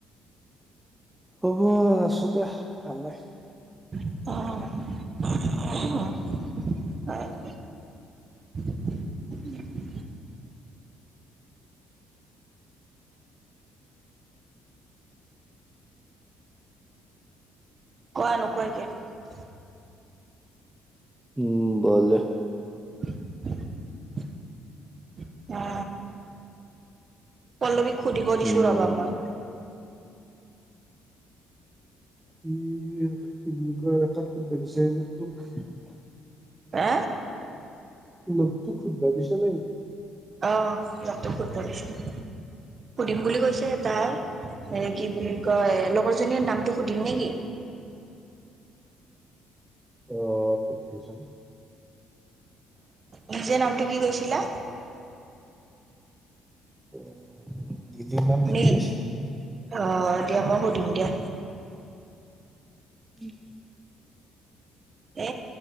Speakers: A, in the centre; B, on the right (about 30°).
A: খবৰ আছো দে ভালে।
B: অ', <unintelligible> <unintelligible> কোৱা নোকোৱা কিয়।
A: উম বলে
B: <unintelligible> অ, পল্লৱীক সুধিব দিছো
A: উম।
B: ৰবা মই।
A: কি কি বুলি কয় তাত <unintelligible>
B: এ
A: লগটোক সুধবা দিছো ৰ।
B: অ, লগতোক সুধব্ দিছো, সুধিম বুলি কৈছে এ তাই কি বুলি কয় লগৰজনীৰ নামটো সুধিম নেকি?
A: অ, সুধবি চোন।
B: নিজে নামটো কি কৈছিলা।
A: <unintelligible> নে
B: নীল
A: কি আছিল?
B: অ', দিয়া মই সুধিম দিয়া।
A: <unintelligible>
B: এ